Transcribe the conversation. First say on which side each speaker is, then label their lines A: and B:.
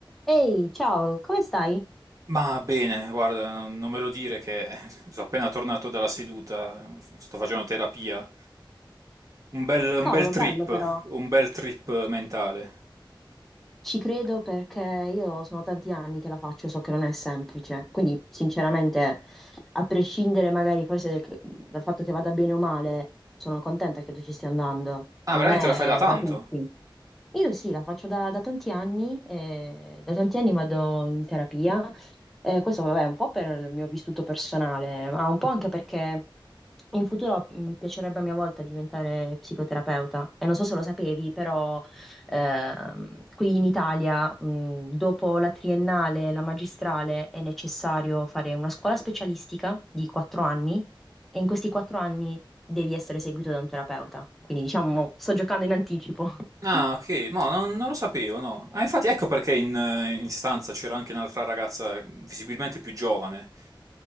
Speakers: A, in the centre; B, on the right.
A: Ehi, ciao, come stai?
B: Ma bene, guarda, non me lo dire che <laughs> sono appena tornato dalla seduta, sto facendo terapia. Un bel, un
A: Cavolo,
B: bel
A: bello
B: trip,
A: però.
B: un bel trip mentale.
A: Ci credo perché io sono tanti anni che la faccio, so che non è semplice. Quindi, sinceramente, a prescindere magari forse del- dal fatto che vada bene o male, sono contenta che tu ci stia andando.
B: Ah,
A: Non
B: veramente
A: è
B: la fai da tanto?
A: da tutti. Io sì, la faccio da, da tanti anni, eh, da tanti anni vado in terapia. Eh, questo vabbè, un po' per il mio vissuto personale, ma un po' anche perché in futuro mi piacerebbe a mia volta diventare psicoterapeuta. E non so se lo sapevi, però ehm, qui in Italia, mh, dopo la triennale e la magistrale, è necessario fare una scuola specialistica di quattro anni e in questi quattro anni devi essere seguito da un terapeuta. Quindi diciamo, sto giocando in anticipo.
B: Ah,
A: <laughs>
B: ok, no, non, non lo sapevo, no. Ah, infatti ecco perché in, eh, in stanza c'era anche un'altra ragazza visibilmente più giovane.